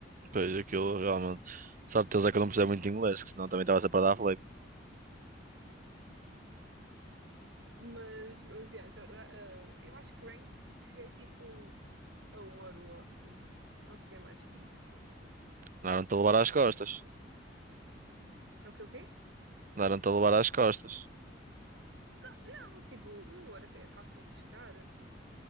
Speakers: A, on the right; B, on the right.
A: Pois, aquilo realmente. Sorte deles é que eu não precisei muito de inglês, que senão também estava sempre a dar flame.
B: Mas, mas, yeah, então, eh, eh, eu acho que ranked cheguei, tipo, a ouro ou assim. Não cheguei mais que isso.
A: Não eram-te a levar às costas.
B: É o que o quê?
A: Andaram-te a levar às costas.
B: Não, tipo, o ouro até é fácil de chegar.